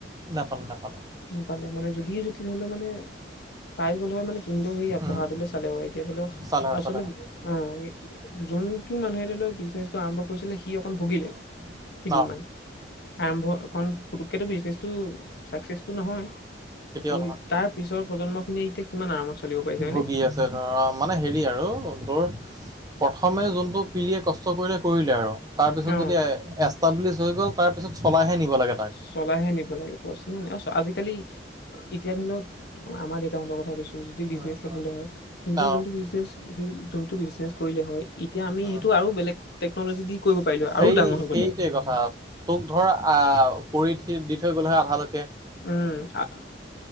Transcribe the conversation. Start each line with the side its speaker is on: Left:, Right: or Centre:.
Right: নাপালে নাপালে।
Left: নাপালে মানে যদিয়ে যদি ধলেও মানে পাই গ'ল হয় মানে সিন্দু হেয়া
Right: উম
Left: পঢ়াটো চে হয় এতিয়া ধৰি লক
Right: চালে
Left: আচলতে
Right: চালে
Left: অ যোনটো মানুহে ধৰি লও বিজনেচটো আৰম্ভ কৰিছিলে কি অকন ভুগিলে
Right: উম
Left: কেইদিনমান
Right: ন
Left: আৰম্ভ অ পুতুককো বিজনেছ চচটো নহয়
Right: কেতিয়াও
Left: ত
Right: নহয়
Left: তাৰ পিছৰ প্ৰজন্ম খিনি এতিয়া কিমান আৰামত চলিব পাৰিছে হয়নে
Right: ভুগি আছে ধৰা মানে মানে হেৰি আৰু তোৰ প্ৰথমে যোনটো পিৰীয়ে কষ্ট কৰিলে কৰিলে আৰু। তাৰ পিছত
Left: অ
Right: যদি এষ্টাবলিছ হৈ গ'ল তাৰ পিছত চলাইহে নিব। লাগে তাক
Left: চলাইহে নিব লাগে <unintelligible> কালি এতিয়া ধৰি লও আমাৰ দেউতাহঁতৰ কথা কৈছোঁ বিনে
Right: উম
Left: থাকে
Right: উম
Left: হয় সিৰ
Right: অ
Left: যোনটো বিজনে সেই যোনটো বিজনেচ কৰিলে হয়, এতিয়া আমি
Right: উ,
Left: সেইটো আৰু বেলেগ টেকনলজি দি কৰিব পাৰিলো হয়,
Right: সেই
Left: আৰু ডাঙৰ হৈ
Right: সেইটোৱে
Left: গ'ল হয়
Right: কথা তোক ধৰ আহ, কৰি থ দি থৈ গ'লেহে আধালৈ
Left: উম